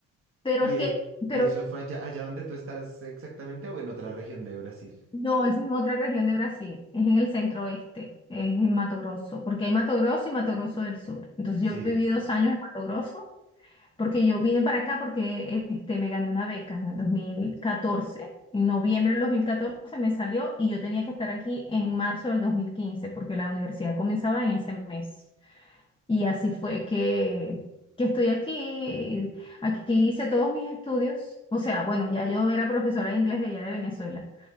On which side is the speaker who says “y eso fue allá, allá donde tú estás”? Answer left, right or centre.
Right